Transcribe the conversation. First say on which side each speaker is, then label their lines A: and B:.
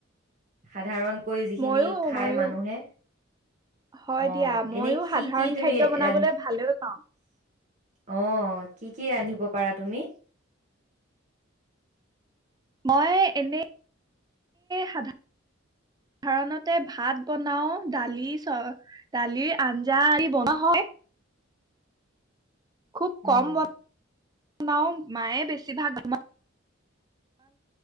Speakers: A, on the right (about 40°); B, on the right (about 20°).
A: সাধাৰণ কৈ যিখিনি
B: ময়ো
A: খাই
B: ময়ো
A: মানুহে।
B: হয়
A: অ'এনে
B: দিয়া ময়ো
A: কি
B: সাধাৰণ
A: কি তুমি
B: খাদ্য বনাবলৈ
A: ৰান্ধিচা?
B: ভালেই পাওঁ
A: অ' কি কি ৰান্ধিব পাৰা তুমি?
B: মই এনে সাধাৰণতে ভাত বনাও দালি চ দালিৰ আঞ্জা আদি বনোৱা হয়। খুব কম
A: উম
B: বন আমাৰো মায়ে বেছিভাগ